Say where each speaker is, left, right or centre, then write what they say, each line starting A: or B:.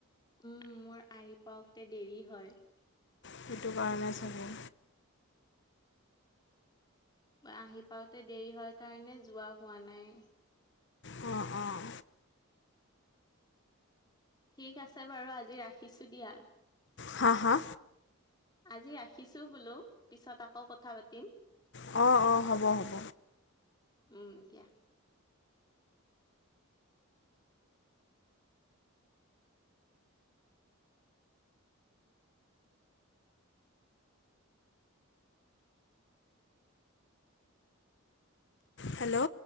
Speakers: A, on the left; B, on the left.
A: উম, মোৰ আহি পাওঁতে দেৰি হয়।
B: সেইটো কাৰণে চাগে।
A: আহি পাওঁতে দেৰি হয় কাৰণে যোৱা হোৱা নাই।
B: অঁ', অঁ'
A: ঠিক আছে বাৰু, আজি ৰাখিছোঁ দিয়া।
B: হা, হা?
A: আজি ৰাখিছোঁ বোলো, পিছত আকৌ কথা পাতিম।
B: অঁ', অঁ', হ'ব, হ'ব।
A: উম, দিয়া।
B: হেল্ল'।